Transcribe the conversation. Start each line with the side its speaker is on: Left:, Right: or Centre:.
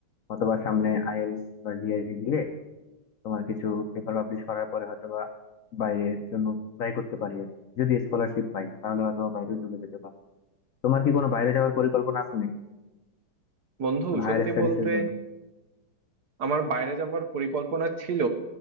Left: অথবা সামনে আইএলটিএস বা জিআরই দিয়ে তোমার কিছু পেপার পাবলিশ করার পরে হয়তোবা বাইরের জন্য ট্রাই করতে পারি আর কি যদি স্কলারশিপ পাই তাহলে হয়তো বা বাইরেও চলে যেতে পারি তোমার কি কোনো বাইরে যাওয়ার পরিকল্পনা আছে নাকি
Right: বন্ধু
Left: মানে
Right: সত্যি
Left: হায়ার স্টাডিজ
Right: বলতে
Left: এর জন্য
Right: আমার বাইরে যাওয়ার পরিকল্পনা ছিল